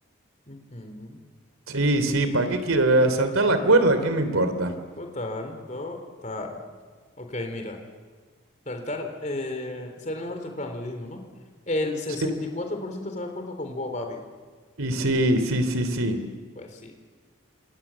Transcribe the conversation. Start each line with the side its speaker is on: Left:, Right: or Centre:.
Left: Ujú.
Right: Sí, sí, ¿para qué quiero saltar la cuerda? ¿Qué me importa?
Left: Total, total. Ok, mira. Saltar, eh, ser el mejor trepando, dijimos, ¿no? El sesenta
Right: Sí.
Left: y cuatro por ciento está de acuerdo con vos, papi.
Right: Y sí, sí, sí, sí.
Left: Pues sí.